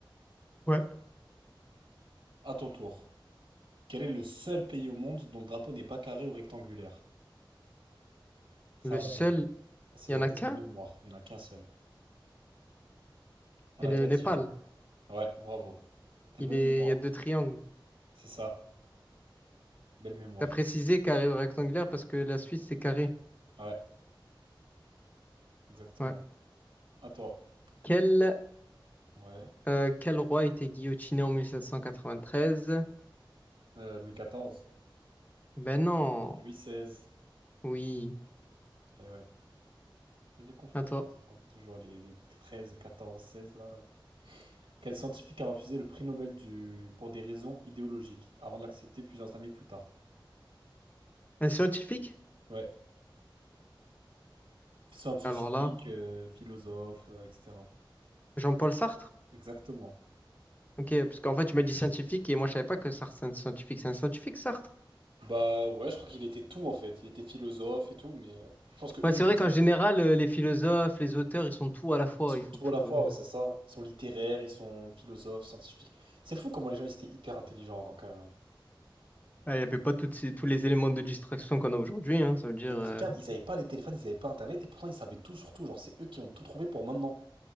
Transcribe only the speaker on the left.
Ouais.
Le
seul,
il y en
a qu'un,
c'est
le
Népal.
Il
est,
il y a deux triangles.
T'as précisé carré ou rectangulaire parce que la Suisse, c'est carré.
Ouais.
Quel,
euh, quel roi était guillotiné en 1793?
Ben non,
oui.
Attends,
un scientifique?
Alors là,
Jean-Paul Sartre?
Ok, parce qu'en fait, tu m'as dit scientifique et moi, je savais pas que Sartre, c'est un scientifique. C'est un scientifique, Sartre?
Ouais, c'est
vrai qu'en général, euh, les philosophes, les auteurs, ils sont tout à la fois,
ils font
tout.
euh.
Ah, Il n'y avait pas toutes ces- tous les éléments de distraction qu'on a aujourd'hui, hein, ça veut dire.
euh.